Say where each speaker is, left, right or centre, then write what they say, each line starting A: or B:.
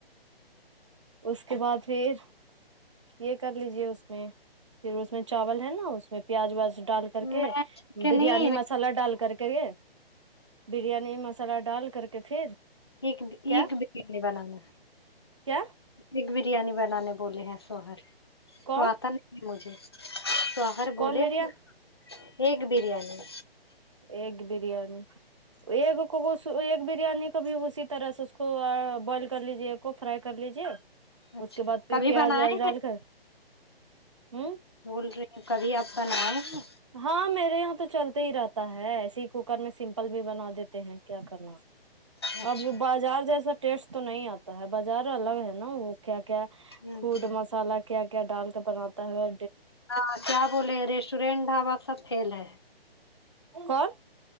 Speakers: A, on the right; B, on the left.
A: اس کے بعد پھر یہ کر لیجے اس میں پھر اس میں چاول ہے نا اس میں پیاز ویاز ڈال کر کے
B: میں کہ
A: بریانی
B: نہیں
A: مسالہ ڈال کر کے کے بریانی مسالہ ڈال کر کے پھر
B: ایک
A: کیا
B: ایک بریانی بنانا
A: کیا
B: بگ بریانی بنانے بولے ہیں سوہرے
A: کون
B: تو آتا نہیں مجھے سوہرے بولے
A: کون بریا
B: ہیں ایکگ بریانی
A: ایگ بریانی ایک کو ایک بریانی کا بھی اسی طرح سے اس کو بوائل کر لیجے کو فرائی کر لیجے
B: اچھا
A: اس کے بعد پھر
B: کبھی
A: پیاز
B: بنائے
A: ویاز ڈال
B: ہیں
A: کر ہ
B: بول رہی ہ کبھی آپ کا نام ہے
A: ہاں میرے یہاں تو چلتے ہی رہتا ہے ایسے ہی کوکر میں سمپل بھی بنا دیتے ہیں کیا کرنا
B: اچھا
A: اب بازار جیسا ٹیسٹ تو نہیں آتا ہے بازار الگ ہے نا وہ کیا کیا
B: ہوں
A: پوڈ
B: ہوں
A: مسالہ کیا کیا ڈال کر بناتا ہے
B: ہاں کیا بولے ریسٹورینٹ ڈھابا سب فیل ہے
A: کو کون